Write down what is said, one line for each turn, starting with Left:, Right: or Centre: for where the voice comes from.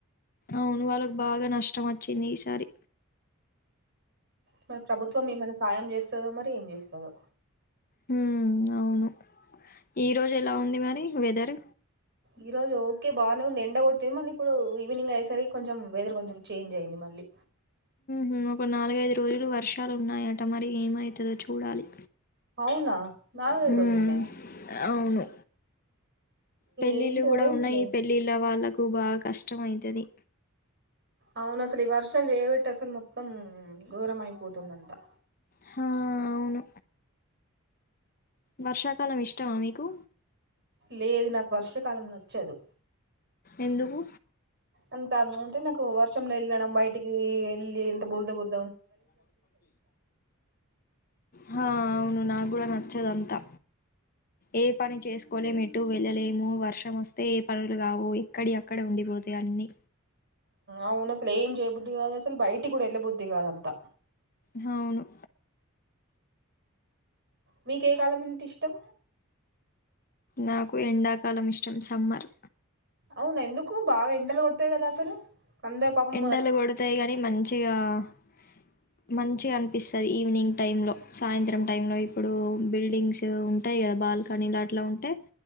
Left: అవును వాళ్ళకు. బాగా నష్టం వచ్చింది ఈసారి.
Right: మరి ప్రభుత్వం ఏమైనా సహాయం చేస్తుందో మరి ఏం చేస్తదో.
Left: హ్మ్ అవును ఈ రోజు ఎలా ఉంది మరి వెదర్.
Right: ఈ రోజు ఓకే బాగానే ఉంది. ఎండ కొట్టింది మళ్ళీ ఇప్పుడు ఈవినింగ్ అయ్యేసరికి, కొంచెం వెదర్ కొంచెం చేంజ్ అయింది మళ్ళీ.
Left: హూ ఒక నాలుగైదు రోజులు వర్షాలు ఉన్నాయి. అంటా మరి ఏమయితదో చూడాలి.
Right: అవునా నాలుగైదు
Left: హ్మ్
Right: రోజులు ఉన్నాయా
Left: అవును. పెళ్ళిళ్ళు
Right: ఏంటి
Left: కూడా
Right: వయసులేమి
Left: ఉన్నాయి పెళ్ళిళ్ళు వాళ్ళకు. క్కు బాగా కష్టం అయితాది.
Right: అవును అసలు ఈ వర్షాలు చేవిటి అసలు మొత్తం ఘోరంమై పోతుందంటా.
Left: హా అవును. వర్షాకాలం ఇష్టమా మీకు.
Right: లేదు నాకు వర్షాకాలం నచ్చదు.
Left: ఎందుకు.
Right: అంత అంటే నాకు వర్షంలో వెళ్ళడం బయటికి వెళ్ళి బురద కొట్
Left: హా అవును. కూడా నచ్చదంతా ఏ పని చేసుకోలేము ఎటు వెళ్ళలేము వర్షం వస్తే ఏ పనులు కావు ఇక్కడి అక్కడ ఉండిపోతాయి అన్ని
Right: అవును అసలు ఏం చేయబుద్ది కాదు అసలు బయటికి కూడా వెళ్ళ బుద్ది కాదంతా.
Left: హవును.
Right: మీకు ఏ కాలం ఇష్టం.
Left: నాకు ఎండాకాలం ఇష్టం సమ్మర్.
Right: అవును ఎందుకు బాగా ఎండలు కొడుతాయి కదా అసలు. అందరు పాపం
Left: ఎండలు కొడుతాయి గాని మంచి. మంచిగా మంచిగా అనిపిస్తది. ఈవినింగ్ టైం లో, సాయంత్రం టైంలో ఇప్పుడు బిల్డింగ్స్ ఉంటాయి కదా బాల్కనీ లాట్లా ఉంటే.